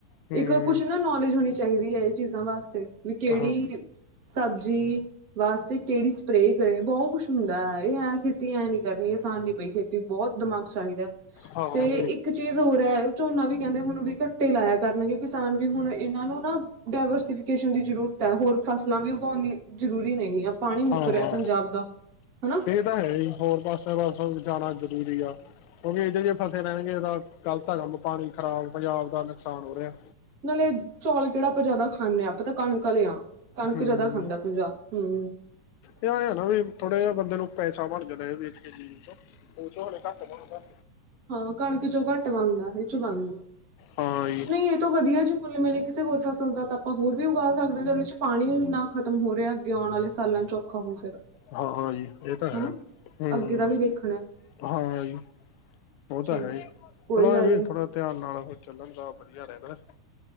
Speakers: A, on the left; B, on the right.
A: ਹੂੰ
B: ਇੱਕ ਕੁਛ ਨਾ ਨੌਲੇਜ ਹੋਣੀ ਚਾਹੀਦੀ ਹੈ ਇਹ ਚੀਜ਼ਾਂ ਵਾਸਤੇ ਵੀ ਕਿਹੜੀ।
A: ਹਾਂ
B: ਸਬਜ਼ੀ ਵਾਸਤੇ ਕਿਹੜੀ ਸਪਰੇਅ ਕਰੇ' ਬਹੁਤ ਕੁਛ ਹੁੰਦਾ ਹੈ ਇਹ ਕਿ ਖੇਤੀ ਐਂ ਨੀ ਕਰਨੀ ਆਸਾਨ ਨੀ ਪਈ'ਖੇਤੀ ਬਹੁਤ ਦਿਮਾਗ ਚਾਹੀਦਾ
A: ਹਾਂ
B: ਤੇ ਇੱਕ ਚੀਜ਼ ਹੋਰ ਹੈ ਝੋਨਾ ਵੀ ਕਹਿੰਦੇ ਹੁਣ ਵੀ ਘੱਟੇ ਲਾਇਆ ਕਰਨਗੇ ਕਿਸਾਨ ਵੀ ਹੁਣ ਇਹਨਾਂ ਨੂੰ ਨਾ ਡਾਇਵਰਸੀਫਿਕੇਸ਼ਨ ਦੀ ਜ਼ਰੂਰਤ ਹੈ ਹੋਰ ਫਸਲਾਂ ਵੀ ਉਗਾਉਣਣੀ ਜ਼ਰੂਰੀ ਨਹੀਂ ਹੈ। ਪਾਣੀ ਮੁੱਕ
A: ਹਾਂ
B: ਰਿਹਾ ਪੰਜਾਬ ਦਾ ਹਨਾ
A: ਇਹ ਤਾਂ ਹੈ ਹੀ'ਹੋਰ ਪਾਸੇ ਪਾਸ ਜਾਣਾ ਜ਼ਰੂਰੀ ਆ। ਕਿਉਂਕਿ ਇਹ ਜ ਜਿਹੇ ਫਸੇ ਲੈਣਗੇ ਤਾਂ ਗ਼ਲਤ ਆ ਕੰਮ ਪਾਣੀ ਖ਼ਰਾਬ ਪੰਜਾਬ ਦਾ ਨੁਕਸਾਨ ਹੋ ਰਿਹਾ।
B: ਨਾਲੇ ਚੌਲ ਕਿਹੜਾ ਆਪਾਂ ਜਿਆਦਾ ਖਾਂਦੇ ਹਾਂ ਆਪਾਂ ਤਾਂ ਕਣਕ ਵਾਲੇ ਆ ਕਣਕ
A: ਹੂੰ
B: ਜਿਆਦਾ ਖਾਂਦਾ ਪੰਜਾਬ ਹਮ
A: ਇਹ ਹੈ ਨਾ ਵੀ ਥੋੜੇ ਜਿ ਬੰਦੇ ਨੂੰ ਪੈਸਾ ਬਣ ਜਾਣਾ ਵੇ ਕੇ ਘ
B: ਹਾਂ ਕਣਕ ਚੋਂ ਘੱਟ ਬਣਦਾ ਇਹ ਚੋਂ ਬਣਦਾ
A: ਹਾਂ ਜੀ
B: ਨਹੀਂ ਤੋਂ ਵਧੀਆ ਜੀ ਮੁੱਲ ਮਿਲੇ ਕਿਸੇ ਹੋਰ ਫ਼ਸਲ ਦਾ ਤਾਂ ਆਪਾਂ ਹੋਰ ਵੀ ਉਗਾ ਸਕਦੇ ਜਦੇ ਚ ਪਾਣੀ ਇੰਨਾ ਖ਼ਤਮ ਹੋ ਰਿਹਾ ਅੱ ਆਉਣ ਵਾਲੇ ਸਾਲਾਂ ਚ ਔਖਾ ਹੋ ਫਿਰ
A: ਹਾਂ ਹ ਜੀ ਇਹ ਤਾਂ ਹੈ
B: ਹਨਾ
A: ਹਮ
B: ਅੱਗੇ ਦਾ ਵੀ ਦੇਖਣਾ
A: ਹਾਂ ਜ ਉਹ ਤਾਂ
B: ਚਲੋ
A: ਹੈ ਹੀ
B: ਕੋਈ
A: ਚਲੋ
B: ਗੱਲ
A: ਵੀ
B: ਨੀ
A: ਥੋੜਾ ਧਿਆਨ ਨਾਲ ਉਹ ਚੱਲਣ ਦਾ ਵਧੀਆ ਰਹਿੰਦਾ